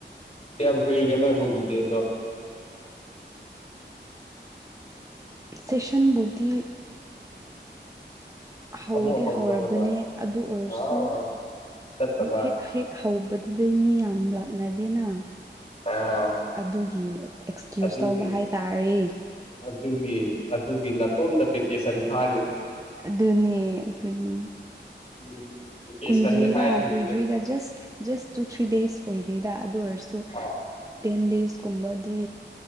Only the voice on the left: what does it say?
ꯀꯌꯥꯝ ꯀꯔꯤ ꯀꯦ ꯅ ꯐꯇꯗꯣ
ꯑꯃꯨꯛ ꯍꯧꯗꯧꯔꯕ
ꯑꯥ ꯆꯠꯇꯕ
ꯑꯥ
ꯑꯗꯨꯒꯤ
ꯑꯗꯨꯒꯤ ꯑꯗꯨꯒꯤ ꯅꯥꯇꯣꯟꯗ ꯄꯤ ꯀ ꯁꯟ ꯊ
ꯎꯝ ꯚꯦꯀꯦꯁꯟꯅꯦ
ꯍꯥꯏꯔꯤꯕꯅꯦ
ꯑꯥ